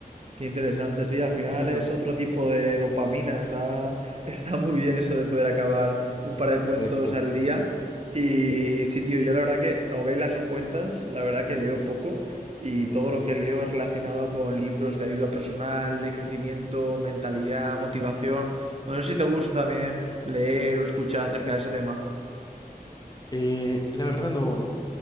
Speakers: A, on the right; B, on the left.
A: Qué interesante, sí, al final
B: ¿cierto?
A: es otro tipo de dopamina, está, está muy bien eso de poder acabar
B: Eh, eh,
A: un par de
B: Exacto.
A: cuentos al día. Y sí, tío, yo la verdad que novelas o cuentas, la verdad que
B: Ujú,
A: leo poco y todo
B: Ok,
A: lo que leo es relacionado con libros de ayuda personal, de crecimiento, mentalidad,
B: ok.
A: motivación. No sé si te gusta también leer o escuchar acerca de ese tema.
B: Eh, la verdad no,